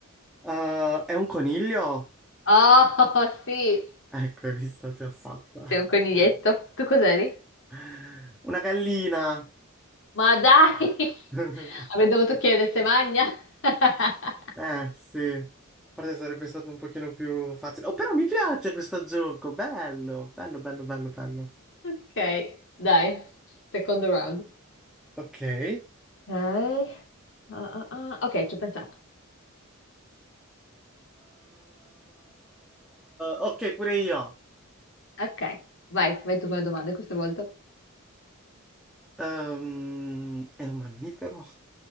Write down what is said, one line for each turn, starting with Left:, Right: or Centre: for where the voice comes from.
Centre: Eh, è un coniglio?
Left: Oh, sì,
Centre: Ecco, hai visto, ti ho fatta.
Left: sei un coniglietto. Tu cos'eri?
Centre: <laughs> Una gallina.
Left: Ma dai, <laughs>
Centre: <laughs>
Left: avrei dovuto chiedere se magna. <laughs>
Centre: Eh, sì. Forse sarebbe stato un pochino più facile. Oh, però mi piace questo gioco, bello, bello, bello, bello, bello.
Left: Ok, dai, secondo round.
Centre: Ok. Eh,
Left: Ok, Ah, ah, ah. Ok, ci ho pensato.
Centre: ok, pure io.
Left: Ok, vai, vai tu con le domande questa volta.
Centre: Ehm, è un mammifero?